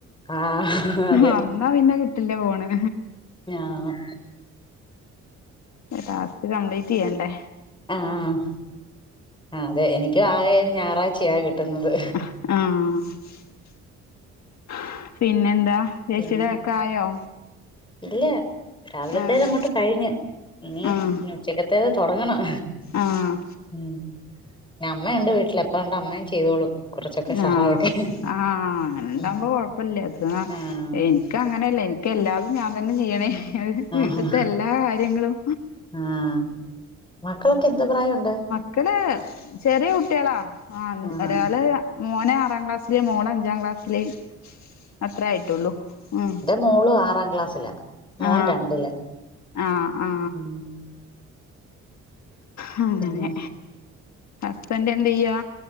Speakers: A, on the left; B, on the left.
A: ആഹ് അതെ
B: വന്നാ പിന്നെ കിട്ടില്ല്യ ഫോണ്
A: ഞാഹ്
B: ങ്ങടെ ടാസ്ക് കംപ്ലീറ്റിയ്യണ്ടേ
A: ആഹ് ആതെ എനിക്കും ആകെ ഒരു ഞാറാച്ചയാ കിട്ടുന്നത്
B: ആഹ് ആ പിന്നെന്താ ചേച്ചിയുടെ
A: പിന്നെ
B: ഒക്കെ ആയോ
A: ഇല്ല രാവിലത്തേതങ്ങോട്ട്
B: ആഹ്
A: കഴിഞ്ഞ് ഇനി
B: ആഹ്
A: ഉച്ചക്കത്തേത് തൊടങ്ങണം
B: ആഹ്
A: ഉം നെ അമ്മയുണ്ട് വീട്ടില് എപ്പാണ്ട് അമ്മയും ചെയ്തോളും കുറച്ചൊക്കെ സഹായൊക്കെ
B: ആഹ് ആ അങ്ങനെണ്ടാമ്പോ
A: ഉം
B: കൊഴപ്പല്ല <unintelligible>
A: ആഹ്
B: എന്ക്ക് അങ്ങനെയല്ല എനിക്കെല്ലാതും ഞാൻ തന്നെ ചെയ്യണേ ഒരുവീട്ടിത്തെ
A: ആഹ്
B: എല്ലാ കാര്യങ്ങളും
A: ആഹ് മക്കളൊക്കെ എന്തൊ പ്രായവൊണ്ട്
B: മക്കള് ചെറിയ കുട്ടികളാ ആ
A: ആഹ്
B: ഒരാള് മോന് ആറാം ക്ലാസ്സില് മോളഞ്ചാം ക്ലാസ്സില് അത്രേ ആയിട്ടൊള്ളൂ ഉം
A: മോളു ആറാം ക്ലാസ്സിലാ മോൻ
B: ആ
A: രണ്ടില്
B: ആ ആ
A: ഉം
B: ഹങ്ങനെ
A: പിന്നെ
B: ഹസ്ബന്റെന്തീയ്യാ